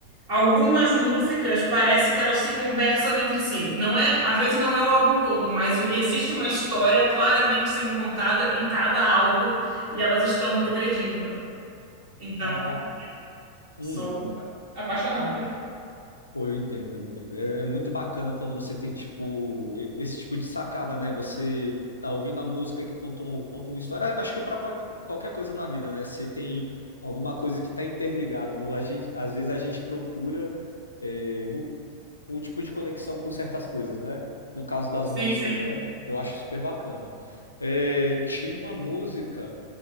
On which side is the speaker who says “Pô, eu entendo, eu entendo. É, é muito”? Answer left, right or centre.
Left